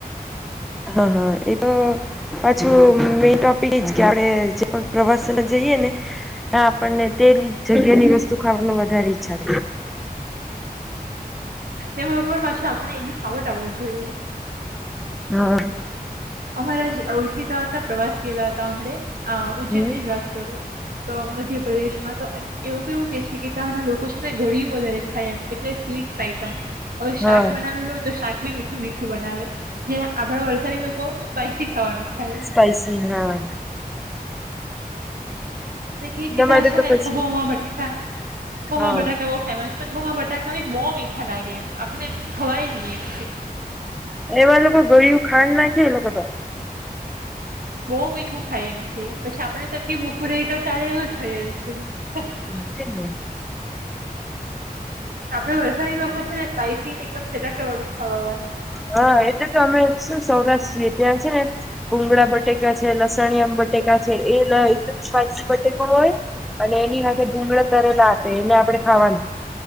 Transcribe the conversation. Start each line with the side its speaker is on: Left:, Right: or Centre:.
Centre: હા હા એ તો પાછું મે ટોપિક એજ કે આપણે જે પ્રવાસને જઈએ ને આપણને તે જગ્યાની વસ્તુ ખાવા વધારે ઈચ્છા
Right: તેમાં પણ પાછી આપને એ બી ફાવટ આવવું જોઈએ.
Centre: હા
Right: અમારા જ ઓળખીતા હતા પ્રવાસ ગેલા હતા અમને આ
Centre: હમ
Right: ઉજ્જૈનની જ વાત કરું. તો મધ્યપ્રદેશ માં તો એમ એવું કેવું કે છે કે તાના લોકો કુછને ઘડિયું વધારે ખાય એમ એટલે સ્વીટ્સ આઈટમ હવે શાક
Centre: હા
Right: બનાવેલું હોય તો શાક મીઠું મીઠું બનાવે. જે આપણા વલસાડી લોકો સ્પાઈસી ખાવાનું ખાય
Centre: સ્પાઈસી હા
Right: એટલે કેય
Centre: એના
Right: કે ત્યાં
Centre: માટે
Right: છે
Centre: તો
Right: ને
Centre: પછી
Right: પોવા બટાકા પોવા
Centre: હા
Right: બટાકા બો ફેમસ પૌવા બટાકા ભી બો મીઠા લાગે એમ આપણને એમ ખવાય જ ની એમ
Centre: એવા લોકો ગળિયું ખાંડ નાખે એ લોકો તો
Right: બો મીઠું ખાય એમ કેય પછી આપડ ને એમ કેય ભૂખું રેય તો ચાલે એવું થાય એમ કે
Centre: હમમ તે જ ને
Right: આપડે વલસાડી લોકો છે ને સ્પાઈસી ને એકદમ ચટાંકે વાળું ખાવા વાળા
Centre: હા એટલે તો અમે શું સૌરાષ્ટ્રએ ત્યાં છે ને ભૂગળા બટેકા છે, લસણિયા બટેકા છે એ એકદમ સ્પાઈસી બ હોય અને એની સાથે ભુંગળા તરેલા આપે એને આપણે ખાવાનું